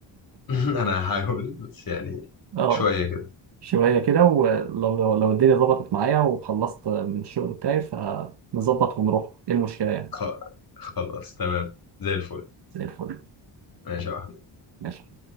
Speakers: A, on the left (about 45°); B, on the right (about 60°).
A: <laughs> انا هحاول بس يعني
B: <laughs> اه
A: شوية كده
B: شوية كده ولو لو لو الدنيا ظبطت معايا وخلصت من الشغل بتاعي فنظبط ونروح ايه المشكلة يعني
A: خ- خلاص تمام زي الفل
B: زي الفل
A: ماشي يا أحمد.
B: ماشي